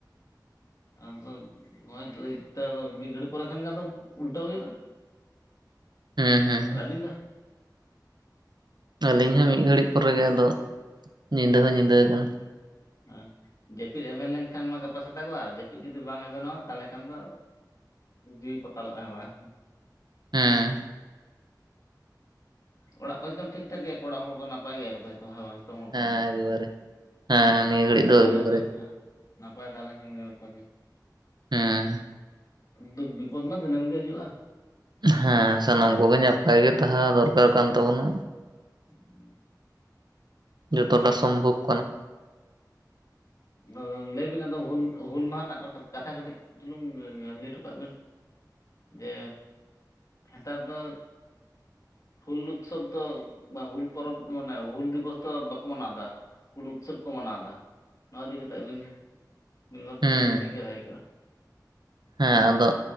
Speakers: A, on the left (about 50°); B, on the right (about 75°).
A: ᱟᱫᱚ ᱦᱚᱸᱜᱼᱚᱭ ᱱᱤᱛᱚᱜ ᱫᱚ ᱢᱤᱫ ᱜᱷᱟᱹᱲᱤᱡ ᱯᱚᱨᱮ ᱠᱷᱟᱱ ᱜᱮ ᱟᱫᱚ ᱩᱞᱴᱟᱹᱣ ᱦᱩᱭᱩᱜᱼᱟ᱾ <inaudible>
B: ᱦᱮᱸ ᱦᱮᱸ
A: ᱟᱨ
B: ᱦᱮᱸ᱾
A: ᱟᱹᱵᱤᱱ ᱫᱚ
B: ᱟᱹᱞᱤᱧ ᱦᱚᱸ ᱢᱤᱫ ᱜᱷᱟᱹᱲᱤᱡ ᱯᱚᱨᱮ ᱜᱮ ᱟᱫᱚ ᱧᱤᱫᱟᱹ ᱦᱚᱸ ᱧᱤᱫᱟᱹ ᱠᱟᱱᱟ,
A: ᱦᱮᱜ ᱡᱟᱹᱯᱤᱫ ᱮᱵᱷᱮᱱ ᱞᱮᱱᱠᱷᱟᱱ ᱢᱟ ᱜᱟᱯᱟ ᱥᱮᱛᱟᱜᱚᱜᱼᱟ ᱟᱨ ᱡᱟᱹᱯᱤᱫ ᱡᱩᱫᱤ ᱵᱟᱝ ᱮᱵᱷᱮᱱᱚᱜᱼᱟ ᱛᱟᱦᱚᱞᱮ ᱠᱷᱟᱱ ᱫᱚ ᱡᱤᱣᱤ ᱯᱟᱛᱟᱞᱚᱜᱼᱟ ᱦᱮᱸ ᱵᱟᱝ?
B: ᱦᱮᱸ
A: ᱚᱲᱟᱜ ᱠᱚ ᱡᱷᱚᱛᱚᱢ ᱴᱷᱤᱠ ᱴᱷᱟᱠ ᱜᱮᱭᱟ ᱠᱚ ᱚᱲᱟᱜ ᱦᱚᱲ ᱠᱚ ᱱᱟᱯᱟᱭ ᱜᱮᱭᱟᱠᱚᱛᱚ ᱡᱷᱚᱛᱚ ᱦᱮᱸ ᱵᱟᱝ? ᱦᱚᱲ
B: ᱦᱮᱸ
A: ᱠᱚᱨᱮᱱ ᱜᱮ
B: ᱮᱠᱵᱟᱨᱮ ᱦᱮᱸ ᱦᱮᱸ ᱱᱤᱭᱟᱹ
A: ᱵᱷᱟᱜᱮ
B: ᱜᱷᱟᱹᱲᱤᱡ ᱫᱚ
A: ᱛᱟᱦᱮᱸ
B: ᱮᱠᱮᱵᱟᱨᱮ
A: ᱞᱮᱱᱠᱷᱟᱱ ᱦᱮᱸ ᱱᱟᱯᱟᱭ ᱛᱟᱦᱮᱸᱞᱮᱱ ᱠᱷᱟᱱ ᱜᱮ ᱱᱟᱯᱟᱭ ᱜᱮ
B: ᱦᱮᱸ
A: ᱫᱩᱠ ᱵᱤᱯᱚᱫ ᱢᱟ ᱫᱤᱱᱟᱹᱢ ᱜᱮ ᱦᱤᱡᱩᱜᱼᱟ᱾
B: ᱦᱮᱸ ᱥᱟᱱᱟᱢ ᱠᱚᱜᱮ ᱱᱟᱯᱟᱭᱜᱮ ᱛᱟᱦᱮᱸ ᱫᱚᱨᱠᱟᱨ ᱠᱟᱱ ᱛᱟᱵᱚᱱᱟ᱾
A: ᱦᱩᱸ᱾
B: ᱡᱚᱛᱚᱴᱟ ᱥᱚᱢᱵᱷᱚᱵ ᱠᱟᱱᱟ᱾
A: ᱟᱫᱚ ᱞᱟᱹᱭᱵᱤᱱ ᱟᱫᱚ ᱦᱩᱞ ᱦᱩᱞ ᱢᱟᱦᱟ ᱨᱮᱱᱟᱜ ᱠᱟᱛᱷᱟ ᱠᱟᱹᱴᱤᱡ᱾ ᱪᱩᱞᱩᱝ ᱞᱟᱹᱭ ᱦᱟᱴᱚ ᱠᱟᱜ ᱵᱤᱱ ᱡᱮ ᱦᱮᱸᱛᱟᱨ ᱫᱚ ᱦᱩᱞ ᱩᱛᱥᱚᱵ ᱫᱚ ᱵᱟᱝ ᱦᱩᱞ ᱯᱚᱨᱚᱵ ᱢᱟᱱᱮ ᱦᱩᱞ ᱫᱤᱵᱚᱥ ᱫᱚ ᱵᱟᱠᱚ ᱢᱟᱱᱟᱣ ᱫᱟ, ᱦᱩᱞ ᱩᱛᱥᱚᱵ ᱠᱚ ᱢᱟᱱᱟᱣᱫᱟ, ᱱᱚᱣᱟ ᱤᱫᱤ ᱠᱟᱛᱮᱫ ᱟᱹᱵᱤᱱ ᱢᱤᱫ ᱵᱟᱨ ᱠᱟᱛᱷᱟ
B: ᱦᱩᱸ
A: ᱡᱫᱤᱵᱤᱱ ᱞᱟᱹᱭ ᱠᱮᱭᱟ ᱵᱷᱟᱜᱮ ᱠᱚᱜᱼᱟ᱾
B: ᱦᱮᱸ ᱟᱫᱚ